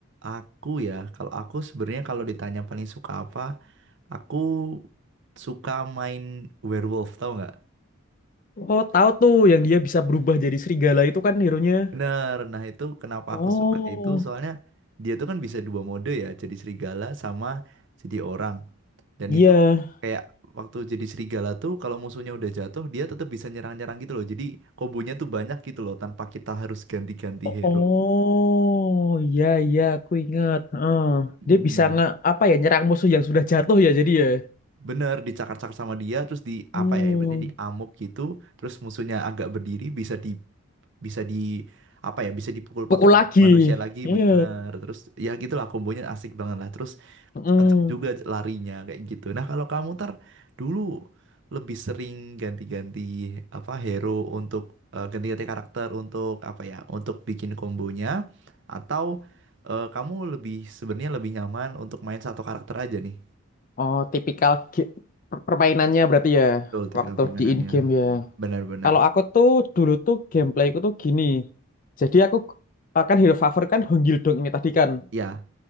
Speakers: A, on the right; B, on the left.
A: aku ya, kalau aku sebenarnya kalau ditanya paling suka apa, aku suka main werewolf, tau nggak?
B: Oh, tahu tuh yang dia bisa berubah jadi serigala itu kan hero-nya.
A: Bener. Nah, itu kenapa
B: Oh,
A: aku suka itu soalnya dia tuh kan bisa dua mode ya, jadi serigala sama jadi orang. Dan
B: iya.
A: itu kayak waktu jadi serigala tuh kalau musuhnya udah jatuh, dia tetap bisa nyerang-nyerang gitu loh. Jadi kombonya tuh banyak gitu loh tanpa kita harus ganti-ganti hero.
B: Oh, iya iya aku ingat. Heeh.
A: Mm,
B: dia bisa nge apa ya nyerang musuh yang sudah jatuh ya jadi ya.
A: bener dicakar-cakar sama dia terus di
B: Hmm,
A: apa ya ibaratnya diamuk gitu terus musuhnya agak berdiri bisa di bisa di apa ya bisa dipukul
B: pukul
A: pakai
B: lagi.
A: manusia lagi
B: Iya.
A: bener terus ya gitulah kombonya asik banget lah terus
B: Heeh.
A: kenceng juga larinya kayak gitu nah kalau kamu tar dulu lebih sering ganti-ganti apa hero untuk eh, ganti-ganti karakter untuk apa ya untuk bikin kombonya atau eh, kamu lebih sebenarnya lebih nyaman untuk main satu karakter aja nih
B: Oh, tipikal ge- per- permainannya berarti ya
A: Betul, tipikal
B: waktu
A: permainannya.
B: di in game ya.
A: Benar-benar.
B: Kalau aku tuh dulu tuh gameplayku tuh gini. Jadi aku akan hero favor kan Honggildong ini tadi kan.
A: Iya,